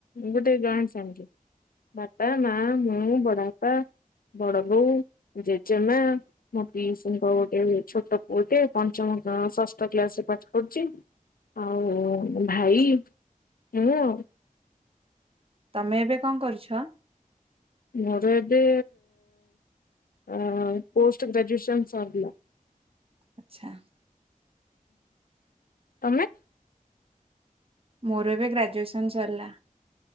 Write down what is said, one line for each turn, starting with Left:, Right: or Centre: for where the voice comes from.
Left: ଗୋଟେ ଜଏଣ୍ଟ ଫାମିଲି ବାପା, ମା, ମୁଁ, ବଡ ବାପା ବଡ ବୋଉ, ଜେଜେମା, ମୋ ପିସିଙ୍କ ଗୋଟେ ଛୋଟ ପୁଅଟେ ପଞ୍ଚମ ଷଷ୍ଠ କ୍ଲାସ ରେ ପାଠ ପଢୁଛି। ଆଉ ଭାଇ ମୁଁ ଆଉ।
Right: ତମେ ଏବେ କଣ କରୁଛ?
Left: ମୋର ଏବେ ଆ ପୋଷ୍ଟ ଗ୍ରାଜୁଏସନ୍ ସରିଲା।
Right: ଆଚ୍ଛା।
Left: ତମେ?
Right: ମୋର ଏବେ ଗ୍ରାଜୁଏସନ୍ ସରିଲା।